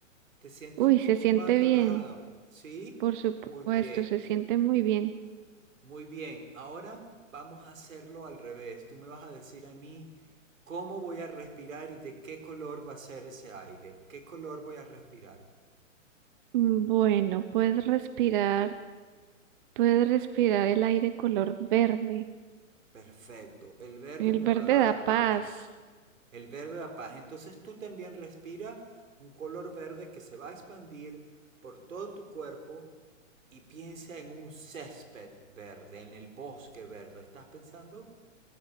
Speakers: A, on the right; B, on the right.
A: ¿Te sientes
B: Uy,
A: un poco
B: se siente
A: más relajado?
B: bien,
A: ¿Sí?
B: por supuesto,
A: Muy bien,
B: se siente muy bien.
A: muy bien. Ahora vamos a hacerlo al revés. Tú me vas a decir a mí cómo voy a respirar y de qué color va a ser ese aire. ¿Qué color voy a respirar?
B: Mm, Bueno, puedes respirar, puedes respirar el aire color verde.
A: Perfecto. El verde
B: El
A: me
B: verde
A: va a dar
B: da paz.
A: paz. El verde da paz. Entonces tú también respira un color verde que se va a expandir por todo tu cuerpo y piensa en un césped verde, en el bosque verde. ¿Estás pensando?